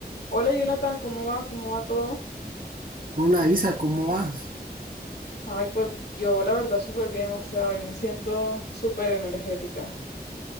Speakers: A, on the left (about 70°); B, on the right (about 55°).
A: Hola Jonathan, ¿cómo va? ¿Cómo va todo?
B: Hola Isa, ¿cómo vas?
A: Ay, pues yo la verdad súper bien, o sea, hoy me siento súper energética.